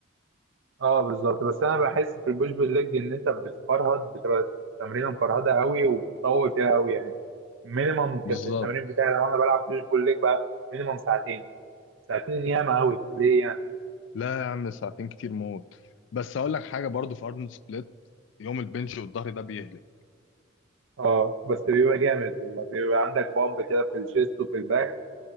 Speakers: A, on the right (about 75°); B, on the left (about 70°).
A: أه بالظبط بس أنا بحس في البوش بول ليج إن أنت بتفرهد بتبقى تمرينة مفرهدة قوي وبتطول فيها قوي يعني مينيمم كان
B: بالظبط
A: في التمرين بتاعي لو أنا بلعب بوش بول ليج بقى مينيمم ساعتين ساعتين ياما قوي ليه يعني
B: لا يا عم ساعتين كتير موت بس اقول لك حاجه برضو في ارنولد سبليت يوم البنج والظهر ده بيهلك
A: اه بس بيبقى جامد والله بيبقى عندك بامب كده في الشيست وفي الباك